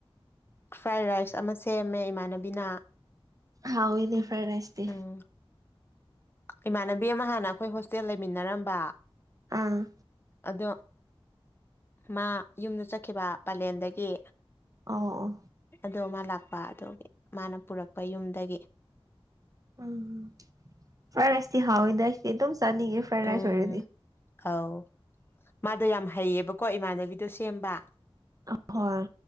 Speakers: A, on the left (about 25°); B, on the right (about 35°).
A: ꯐ꯭ꯔꯥꯏ ꯔꯥꯏꯁ ꯑꯃ ꯁꯦꯝꯃꯦ ꯏꯃꯥꯟꯅꯕꯤꯅ
B: ꯍꯥꯎꯏꯅꯦ ꯐ꯭ꯔꯥꯏ ꯔꯥꯖꯁꯇꯤ
A: ꯎꯝ ꯏꯃꯥꯟꯅꯕꯤ ꯑꯃ ꯍꯥꯟꯅ ꯑꯩꯈꯣꯏ ꯍꯣꯁꯇꯦꯜ ꯂꯩꯃꯤꯟꯅꯔꯝꯕ
B: ꯑꯥ
A: ꯑꯗꯣ ꯃꯥ ꯌꯨꯝꯗ ꯆꯠꯈꯤꯕ ꯄꯂꯦꯟꯗꯒꯤ
B: ꯑꯧꯑꯣ
A: ꯑꯗꯣ ꯃꯥ ꯂꯥꯛꯄ ꯑꯗꯨꯒꯤ ꯃꯥꯅ ꯄꯨꯔꯛꯄ ꯌꯨꯝꯗꯒꯤ
B: ꯎꯝ ꯐ꯭ꯔꯥꯏ ꯔꯥꯏꯁꯇꯤ ꯍꯥꯎꯋꯦꯗ ꯑꯩꯗꯤ ꯑꯗꯨꯝ ꯆꯥꯅꯤꯡꯉꯦ ꯐ꯭ꯔꯥꯏ
A: ꯎꯝ
B: ꯔꯥꯏꯁ ꯑꯣꯏꯔꯗꯤ
A: ꯑꯧ ꯃꯥꯗꯣ ꯌꯥꯝ ꯍꯩꯌꯦꯕꯀꯣ ꯏꯃꯥꯟꯅꯕꯤꯗꯣ ꯁꯦꯝꯕ
B: ꯑꯍꯣꯏ